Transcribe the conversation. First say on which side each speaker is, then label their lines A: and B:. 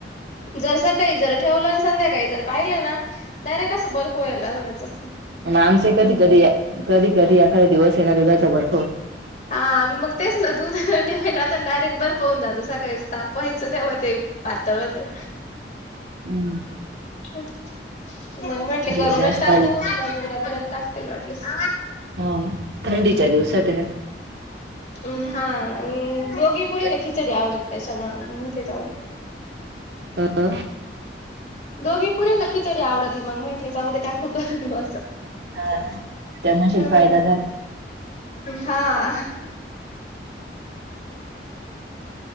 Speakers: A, on the left; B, on the right.
A: जर सकाळी जर ठेवलं आणि संध्याकाळी जर पाहिलं ना, डायरेक्ट असं बर्फ व्हाय लागायचं.
B: मग आमचे कधी कधी कधी कधी कधी एखाद्या दिवस आहे ना दुधाचा भर
A: हा मग तेच ना दूधे डायरेक्ट बर पावून जाुस काही तप हस ते म ते पातळ ते
B: हम्
A: मग म्हंटले
B: ते
A: करूनच
B: जास्त
A: टाकू
B: आधी
A: मग उद्या परत टाकते लटस्ट
B: हो ना थंडीच्या दिवसात
A: हम हा दोघी
B: ह
A: पुरीला खिचडी आवडततेच्यााच्याव
B: हा
A: दोघी पुरी ना खिचडी आवडतती मग म्हटले अगद टाकूप बस
B: हा ना त्यांनाशी
A: हम्म
B: फायदा झाला
A: हा ह